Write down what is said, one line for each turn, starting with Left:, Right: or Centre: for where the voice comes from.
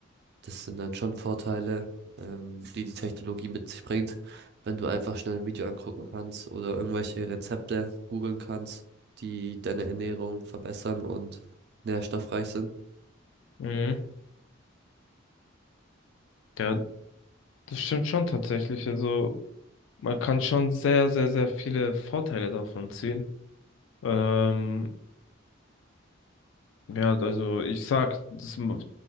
Right: Das sind dann schon Vorteile, ähm, die die Technologie mit sich bringt, wenn du einfach schnell ein Video angucken kannst oder irgendwelche Rezepte googeln kannst, die deine Ernährung verbessern und nährstoffreich sind.
Left: Mhm. Ja, das stimmt schon tatsächlich. Also, man kann schon sehr, sehr, sehr viele Vorteile davon ziehen. Ähm, ja, also ich sag, das, m-